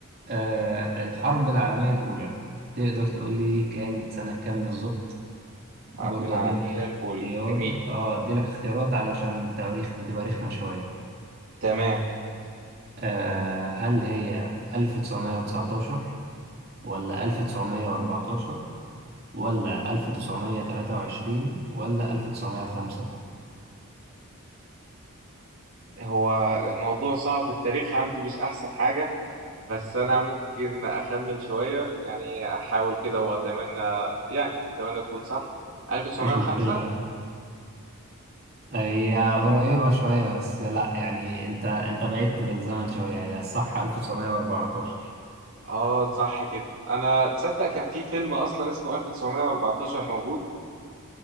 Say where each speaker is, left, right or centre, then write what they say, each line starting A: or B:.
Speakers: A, on the right (about 45°); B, on the right (about 70°).
A: آه الحرب العالميه الاولى تقدر تقول لي كانت سنه كام بالظبط
B: الحرب
A: برضه
B: العالمية
A: ادي لك اختيار
B: الأولى جميل
A: اه ادي لك اختيارات علشان التواريخ بتبقى رخمة شوية
B: تمام
A: آه هل هي 1919 ولا 1914 ولا 1923 ولا 1905
B: هو الموضوع صعب التاريخ عندي مش أحسن حاجة بس أنا ممكن أخمن شوية يعني أحاول كده وأتمنى يعني أتمنى تكون صح 1905
A: مفيش مشكلة عادي هي قريبة شوية بس لا يعني انت انت بعدت بالزمن شوية هي الصح 1914
B: آه صح كده أنا تصدق كان في فيلم أصلا اسمه 1914 موجود